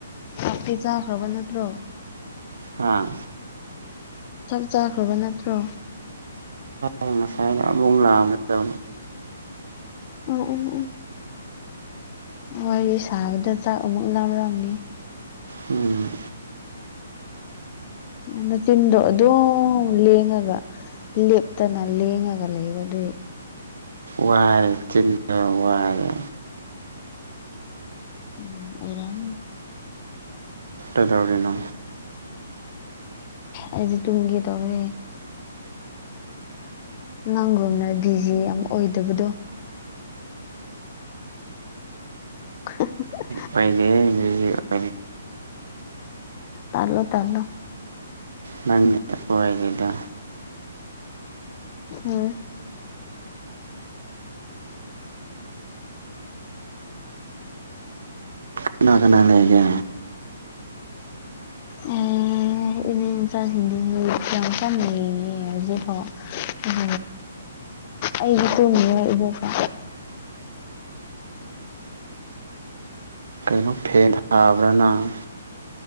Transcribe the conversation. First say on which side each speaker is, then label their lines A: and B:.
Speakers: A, on the left; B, on the right.
A: ꯆꯥꯛꯇꯤ ꯆꯥꯈ꯭ꯔꯕ ꯅꯠꯇ꯭ꯔꯣ
B: ꯍꯥꯥ
A: ꯆꯥꯛ ꯆꯥꯈ꯭ꯔꯕ ꯅꯠꯇ꯭ꯔꯣ
B: ꯑ ꯉꯁꯥꯏꯅ ꯂ ꯃꯅ
A: ꯎꯝ ꯎꯝ ꯎꯝ ꯋꯥꯔꯤ ꯁꯥꯕꯗ ꯆꯥꯛ ꯑꯃꯨꯛ ꯂꯥꯎꯔꯝꯅꯤ
B: ꯎꯝ
A: ꯅꯆꯤꯟꯗꯣ ꯑꯗꯨꯝ ꯂꯦꯡꯉꯒ ꯂꯦꯞꯇꯅ ꯂꯦꯡꯉꯒ ꯂꯩꯕꯗꯨꯗꯤ <inaudible>
B: ꯋꯥꯏꯔ ꯆꯤꯟꯗ ꯋꯥꯔ
A: ꯎꯝ ꯑꯣꯏꯔꯝ
B: ꯀꯩꯗꯧꯔꯤꯅ
A: ꯑꯩꯗꯤ ꯇꯨꯡꯒꯦ ꯇꯔꯦ ꯅꯪꯒꯣꯅ ꯕꯤꯖꯤ ꯌꯥꯝ ꯑꯣꯏꯗꯕꯗꯣ <inaudible>
B: ꯐꯅꯦ ꯍꯧ
A: ꯇꯂꯣ ꯇꯂꯣ
B: ꯅꯄ ꯑꯩ ꯂꯩꯗ
A: ꯎꯝ
B: ꯀꯅꯥ ꯀꯅꯥ ꯂꯩꯒꯦ
A: ꯎꯝ ꯏꯅꯦ ꯏꯟꯆꯥꯁꯤꯡꯗꯤ ꯌꯥꯝ ꯆꯥꯅ ꯌꯦꯉꯦ ꯍꯧꯖꯤꯛꯐꯥꯎ ꯎꯝ ꯑꯩꯒꯤ ꯇ ꯏꯕ ꯀ
B: ꯀꯩꯅꯣ ꯐꯦꯟ ꯊꯥꯕ꯭ꯔ ꯅꯪ